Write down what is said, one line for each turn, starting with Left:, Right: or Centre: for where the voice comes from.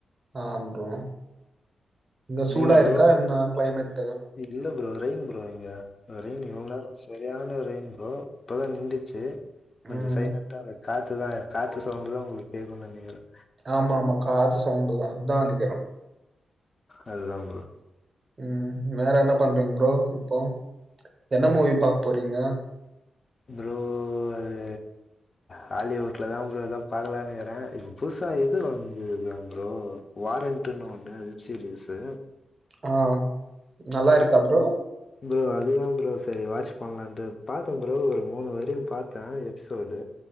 Right: ஆம் ப்ரோ இங்க சூடா
Left: நீங்க ப்ரோ
Right: இருக்கா என்ன க்ளைமட்டு
Left: இல்ல ப்ரோ ரைன் ப்ரோ இங்க ரைன் வ்ளோரம் சரியான ரைன் ப்ரோ இப்போதா நிண்டுச்சு கொஞ்சொ
Right: ம்
Left: சைலன்டா காற்று தான் காற்று சவுண்டு தான் உங்ளுக்கு கேக்கு நெனக்கிறேன்
Right: ஆமா ஆமா காது சவ்ன்டு தா அத்தா <unintelligible>
Left: அது தா ப்ரோ
Right: ம் வேற என்ன பண்றீங் ப்ரோ இப்போ என்ன மூவி பாக் போறீங்க
Left: ப்ரோ அது ஹாலிவுட்ல தா ப்ரோ எதா பாக்லானுக்றே இப்ப புதுசா எது வந்துது ப்ரோ வாரண்டுனு ஒண்ணு வெப்சீரீசு
Right: அ நல்லா இருக்கா ப்ரோ
Left: ப்ரோ அதுதா ப்ரோ செரி வாச் பண்லான்ட்டு பாத்த ப்ரோ ஒரு மூணு வரையு பாத்தே எபிசோடு